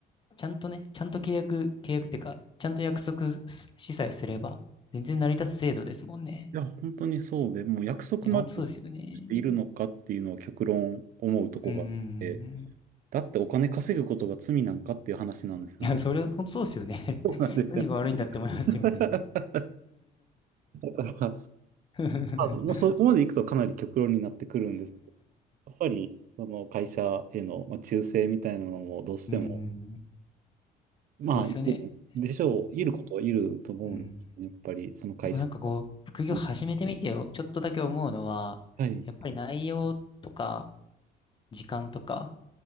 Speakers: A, on the left (about 30°); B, on the right (about 55°).
A: ちゃんとね、ちゃんと契約、契約ってか、ちゃんと約束しさえすれば、全然成り立つ制度ですもんね。
B: や、本当にそうで、もう約束までしているのかっていうのは極論思うとこがあって、
A: いや、ほんとそうですよね。うんうんうんうん。
B: だってお金稼ぐことが罪なんかっていう話なんですよね。
A: いや、それ、ほんとそうですよね。
B: そうなんですよね。
A: <laughs> 何が悪いんだって思いますよね。
B: <laughs> だから、
A: <laughs>
B: まあ、もうそこまで行くとかなり極論になってくるんですやっぱり、その会社への、まあ、忠誠みたいなのもどうしても、
A: うん、
B: まあ、
A: そうですよね。
B: いるでしょう、いることはいると思うんですねやっぱり、
A: なうん。
B: その会社
A: でもなんかこう、副業始めてみてよ、
B: に。
A: ちょっとだけ思うのは、
B: はい。
A: やっぱり内容とか、時間とか、